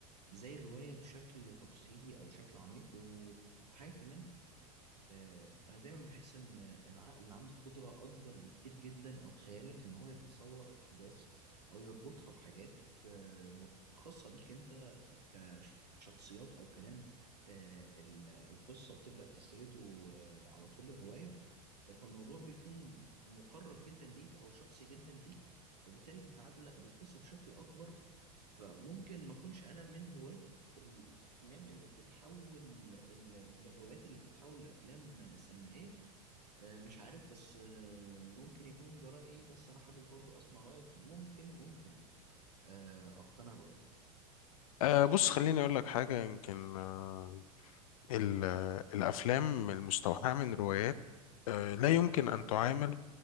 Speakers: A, on the right; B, on the left.
A: زي الرواية بشكل تفصيلي أو شكل عميق و- وحاجة كمان آه، انا دايما بحس ان العقل اللي عنده قدرة اكبر بكتير جدا او خيالك ان هو يتصور احداث او يربطها بحاجات آه، مر- خاصة بيك انت كشخصيات او كلام آه، ال- القصة بتبدأ تسرده آه، على طول الرواية فالموضوع بيكون مقرب جدا ليك او شخصي جدا ليك وبالتالي بتتعلق بالقصه بشكل اكبر فممكن ما اكونش انا من هواة الافلام اللي بتتحول ال- للروايات اللي بتتحول لافلام سينمائيه آه، مش عارف بس آه، ممكن يكون ده رايي بس انا حابب برضو اسمع رايك ممكن ممكن آه، اقتنع برايك
B: أه بص خليني أقول لك حاجة يمكن أه ال- آه، الأفلام المستوحاة من روايات أه لا يمكن أن تعامل